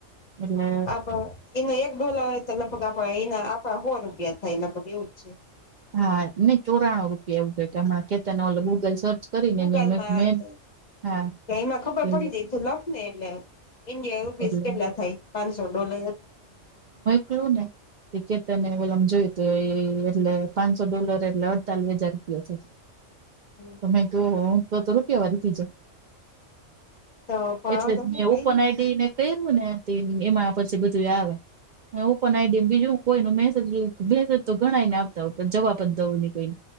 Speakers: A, on the right; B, on the left.
A: એટલે
B: આપ. એના એક ડઢોલા હોય, તો લગભગ આપ એના આપણા હો રૂપિયા થાય, લગભગ એવું જ છે.
A: હા, નઈ, ચોરાણું રૂપિયા, એવું કે હમણાં તો ઓલે ગૂગલ સર્ચ. કરીને
B: ગૂગલ માં
A: મેં
B: છે,
A: હા
B: તો એમાં ખબર
A: એ
B: પડી જાય, તું લખ ની એટલે. ઇન્ડિયા એ બીસ
A: એટલે
B: પેટલા થાય, પાંચસો ડોલર.
A: કરો ને એ કેતર ને ઓલામાં જોયું તૂ એ એટલે પાંચસો ડોલર એટલે અડતાલીસ હજાર રૂપયો છે.
B: હમ્મ
A: મે તો હું તો તો રૂપિયા વાળી થાય જય
B: તો પણ
A: એટલે
B: હવે તમે
A: મે ઉપન ને કું ને એમાં પછી બધું આવે ઓપન આઈડી બીજું કોઈ મેસેજ મેસેજ તો ગણાય ન આવતા હોય જવાબ જ દવું કોઈને.